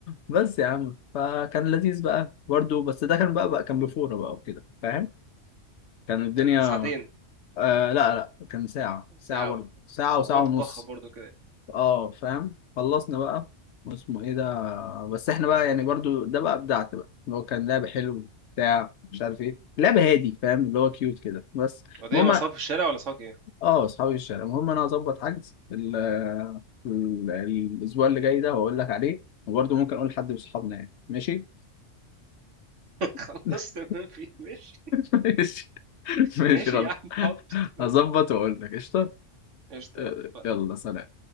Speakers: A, on the left (about 70°); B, on the right (about 70°).
A: بس يا عم فكان لذيذ بقى برضه بس ده كان بقى, بقى كان بفوره بقى وكده فاهم كان الدنيا
B: ده كنت ساعتين
A: آه لا لا كان ساعه ساعه
B: ساعه
A: برضه ساعه وساعه
B: الوقت
A: ونص
B: اتضخم برضو كده
A: اه فاهم خلصنا بقى واسمه ايه ده بس احنا بقى يعني برضو ده بقى ابدعت بقى اللي هو كان لعب حلو بتاع مش عارف ايه لعب هادي فاهم اللي هو كيوت كده بس
B: وده
A: المهم
B: ايه مع صحابك في الشارع ولا صحابك ايه
A: اه اصحابي الشارع المهم انا هظبط حجز ال- ال- الاسبوع اللي جاي ده وهقول لك عليه وبرضو ممكن اقول لحد من اصحابنا يعني ماشي
B: خلاص
A: <laughs>
B: تمام في ماشي
A: ماشي ماشي
B: ماشي
A: غلط
B: يا عم حاضر تمام
A: هظبط واقول لك قشطه
B: قشطة
A: آه،
B: يا عم اتفقنا.
A: يلا سلام